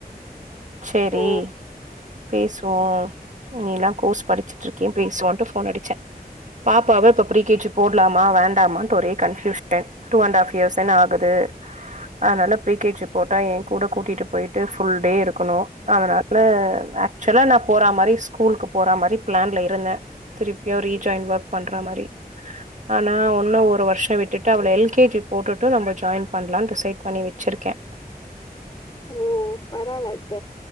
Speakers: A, on the right; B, on the left.
A: செரி
B: ஓ
A: பேசுவோம் நீலாம் கோர்ஸ் படிச்சுட்ருக்கியே பேசுவோன்டு ஃபோன் அடிச்சேன் பாப்பாவ இப்போ ப்ரீ கேஜி போட்லாமா இல்ல வேண்டாமாண்டு ஒரே confusion two and half years தானே ஆகுது அதனால ப்ரீ கேஜி போட்டா என் கூட கூட்டிட்டு போயிட்டு ஃபுல் டே இருக்கணும் அதனால நான் போறா மாரி ஸ்கூலுக்கு போற மாதிரி பிளான்ல இருந்தேன் திருப்பியும் ரீஜாயின் ஒர்க் பண்ற மாதிரி ஆனா ஒன்னும் ஒரு வருஷம் விட்டுட்டு அவள எல்கேஜி போட்டுட்டு நம்ப ஜாய்ன் பன்லானு டிசைட் பண்ணி வச்சிருக்கேன்
B: ஓ பரவல அத்த